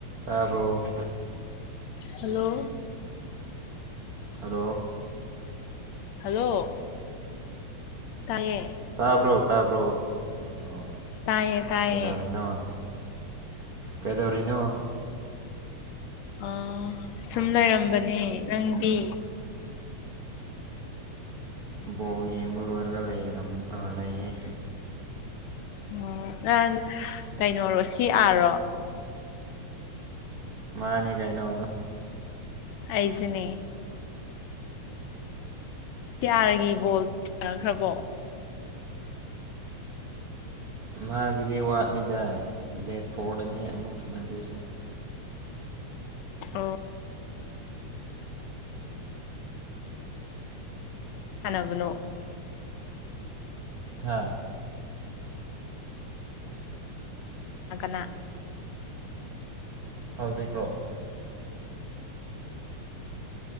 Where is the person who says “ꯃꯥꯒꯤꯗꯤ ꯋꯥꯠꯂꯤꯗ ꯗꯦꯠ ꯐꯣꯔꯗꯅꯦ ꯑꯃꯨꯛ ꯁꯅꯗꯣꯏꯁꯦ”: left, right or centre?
Right